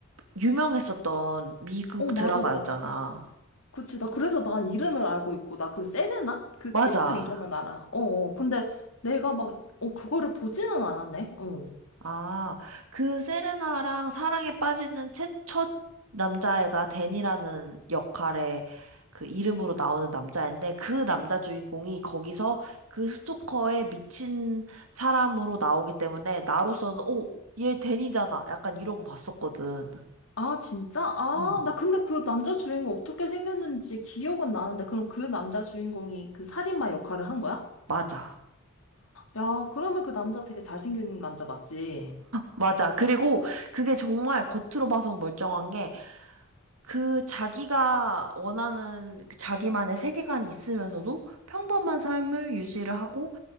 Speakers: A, on the right; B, on the left.
A: 유명했었던 미국
B: 어,
A: 드라마였잖아.
B: 맞아, 맞아. 그치, 나 그래서 난 이름을 알고 있고, 나 그 세레나? 그
A: 맞아.
B: 캐릭터 이름은 알아. 어, 어. 근데 내가 막, 어, 그거를 보지는 않았네. 어.
A: 아, 그 세레나랑 사랑에 빠지는 최, 첫 남자애가 데니라는 역할의 그 이름으로 나오는 남자인데 그 남자 주인공이 거기서 그 스토커에 미친 사람으로 나오기 때문에 나로서는 오, 얘 데니잖아 약간 이러고 봤었거든.
B: 아, 진짜? 아,
A: 음.
B: 나 근데 그 남자 주인공 어떻게 생겼는지 기억은 나는데, 그럼 그 남자 주인공이 그 살인마 역할을 한 거야?
A: 맞아.
B: 야, 그러면 그 남자 되게 잘생긴 남자 맞지?
A: 맞아. 그리고 그게 정말 겉으로 봐선 멀쩡한 게 그 자기가 원하는 그 자기만의 세계관이 있으면서도 평범한 삶을 유지를 하고